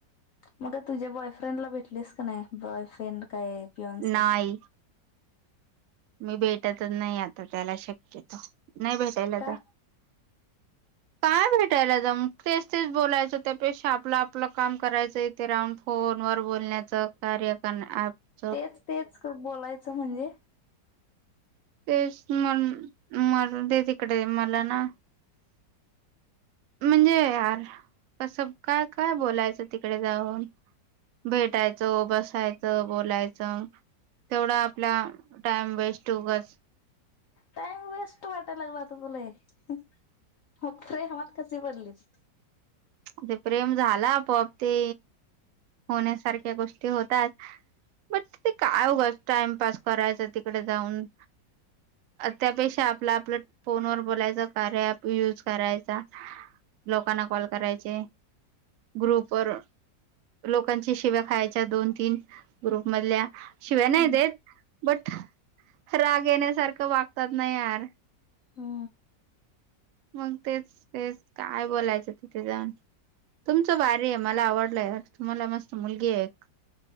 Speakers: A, on the left (about 60°); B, on the right (about 75°).
A: मग का तुझ्या बॉयफ्रेंडला भेटलीस का नाही बॉयफ्रेंड काय पिओनसी
B: नाही मी भेटतच नाही आता त्याला शक्यतो नाही भेटायला
A: का
B: काय भेटायला जाऊन तेच तेच बोलायचं त्यापेक्षा आपलं आपलं काम करायचं इथ राहून फोन वर बोलण्याचं कार्य कण अँप
A: तेच तेच बोलायचं म्हणजे
B: तेच म्हण मरूदे तिकडे मला ना म्हणजे यार कसं काय काय बोलायचं तिकडे जाऊन भेटायचं बसायचं बोलायचं तेवढा आपला टाइम वेस्ट उगच
A: टाइम वेस्ट वाटायला लागला आता तुला हे मग प्रेमात कशी पडलीस
B: ते प्रेम झाल आपोआप ते होण्यासारख्या गोष्टी होतात बट ते काय उगच टाइमपास करायचं तिकडे जाऊन त्यापेक्षा आपल आपलं फोनवर बोलायचं कार्या अँप युज करायचा लोकांना कॉल करायचे ग्रुप वर लोकांची शिव्या खायच्या दोन तीन ग्रुप मधल्या शिव्या
A: हम्म.
B: नाही देत बट राग येण्यासारखं वागतात ना यार
A: हू
B: मग तेच तेच काय बोलायचं तिथे जाऊन तुमचं भारी आहे मला आवडलंय यार तुम्हाला मस्त मुलगी आहे एक